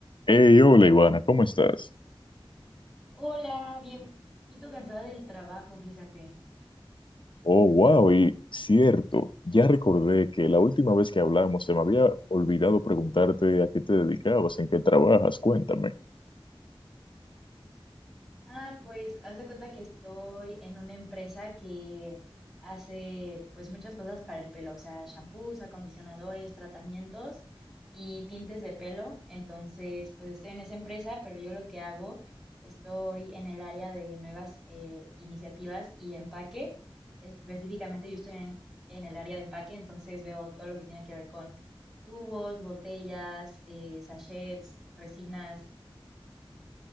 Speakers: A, on the left (about 60°); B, in the centre.
A: Hey, hola Ivana, ¿cómo estás?
B: Hola, bien, un poquito cansada del trabajo, fíjate.
A: Oh, wow, y cierto, ya recordé que la última vez que hablamos se me había olvidado preguntarte a qué te dedicabas, en qué trabajas, cuéntame.
B: Ah, pues haz de cuenta que estoy en una empresa que hace pues muchas cosas para el pelo, o sea, shampoos, acondicionadores, tratamientos y tintes de pelo. Entonces, pues estoy en esa empresa, pero yo lo que hago, estoy en el área de nuevas eh, iniciativas y empaque. Específicamente yo estoy en, en el área de empaque, entonces veo todo lo que tiene que ver con tubos, botellas, eh, sachets, resinas